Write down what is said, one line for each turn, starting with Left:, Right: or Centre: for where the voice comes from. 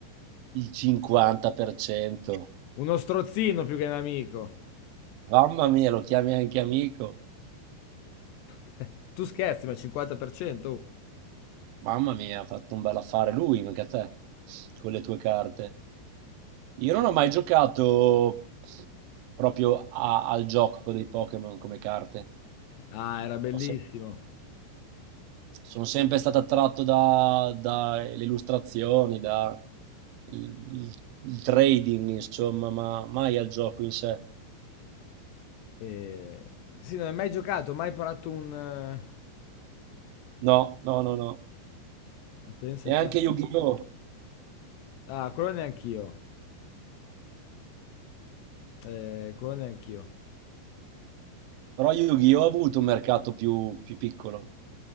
Right: Il 50%.
Left: Uno strozzino più che un amico.
Right: Mamma mia, lo chiami anche amico.
Left: <laughs> Tu scherzi, ma il 50%? oh.
Right: Mamma mia, ha fatto un bel affare lui, mica te, con le tue carte. Io non ho mai giocato proprio a- al gioco dei Pokémon come carte.
Left: Ah, era bellissimo.
Right: Ho se- Sono sempre stato attratto da- dalle illustrazioni, da il, il- il trading, insomma, ma mai al gioco in sé.
Left: E... Sì, non hai mai giocato, mai parato un... eh,
Right: No, no, no, no.
Left: Pensa
Right: E
Left: a
Right: anche
Left: te.
Right: Yu-Gi-Oh!
Left: Ah, quello neanch'io. Eh, quello neanch'io.
Right: Però Yu-Gi-Oh! ha avuto un mercato più, più piccolo.